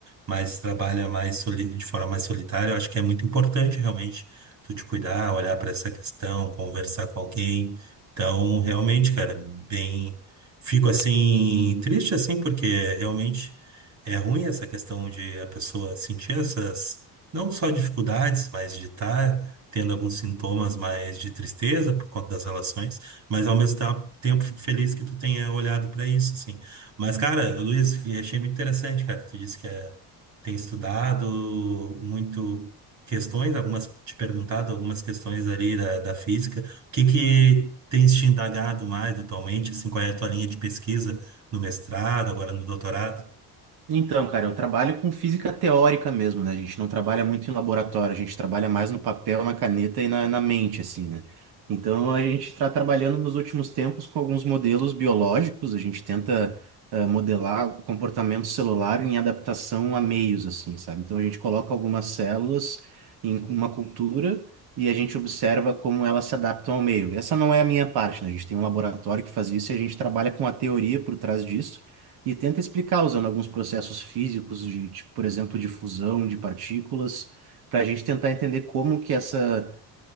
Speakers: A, on the right; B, on the right.
A: mas trabalha mais soli- de forma mais solitária. Eu acho que é muito importante realmente tu te cuidar, olhar para essa questão, conversar com alguém. Então, realmente, cara, bem, fico assim triste assim porque realmente é ruim essa questão de a pessoa sentir essas, não só dificuldades, mas de estar tendo alguns sintomas mais de tristeza por conta das relações, mas ao mesmo ta- tempo fico feliz que tu tenha olhado para isso, assim. Mas, cara, Luiz, achei muito interessante, cara. Tu disse que é, tem estudado muito questões, algumas te perguntado algumas questões ali da, da física. O que que tens te indagado mais atualmente, assim, qual é a tua linha de pesquisa no mestrado, agora no doutorado?
B: Então, cara, eu trabalho com física teórica mesmo, né? A gente não trabalha muito em laboratório, a gente trabalha mais no papel, na caneta e na, na mente, assim, né? Então, a gente está trabalhando nos últimos tempos com alguns modelos biológicos, a gente tenta eh, modelar o comportamento celular em adaptação a meios, assim, sabe? Então, a gente coloca algumas células em uma cultura e a gente observa como elas se adaptam ao meio. Essa não é a minha parte, né? A gente tem um laboratório que faz isso e a gente trabalha com a teoria por trás disso e tenta explicar usando alguns processos físicos de, de, por exemplo, de fusão de partículas, para a gente tentar entender como que essa